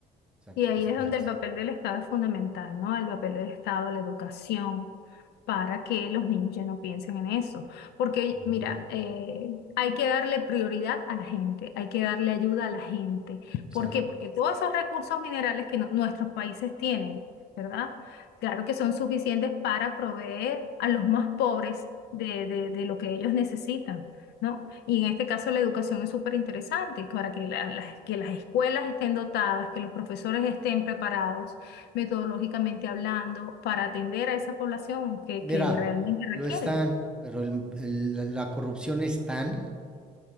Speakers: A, in the centre; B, on the left (about 75°).
A: O sea,
B: Y
A: ¿qué
B: ahí
A: te esperas?
B: es donde el papel del Estado es fundamental, ¿no? El papel del Estado, la educación, para que los niños ya no piensen en eso. Porque,
A: Ujú,
B: mira, eh, hay que darle prioridad a la gente, hay que darle ayuda a la gente.
A: Exacto.
B: ¿Por qué? Porque todos esos recursos minerales que no- nuestros países tienen, ¿verdad? Claro que son suficientes para proveer a los más pobres de, de de lo que ellos necesitan, ¿no? Y en este caso la educación es súper interesante, para que, la- las que las escuelas estén dotadas, que los profesores estén preparados metodológicamente hablando para atender a esa población que,
A: Mira,
B: que realmente requiere.
A: lo están, pero el- el- la la corrupción es tan